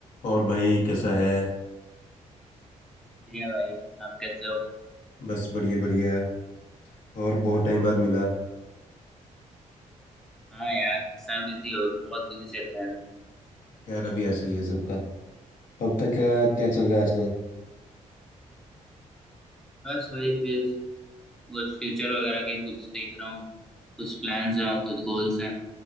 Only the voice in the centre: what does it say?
बढ़िया भाई आप कैसे हो
हाँ यार सब बिजी हो गए बहुत बिजी चल रहा है मेरा।
बस वही फिर कुछ फ्यूचर वगैरह के कुछ देख रहा हूँ कुछ प्लान्स हैं और कुछ गोल्स हैं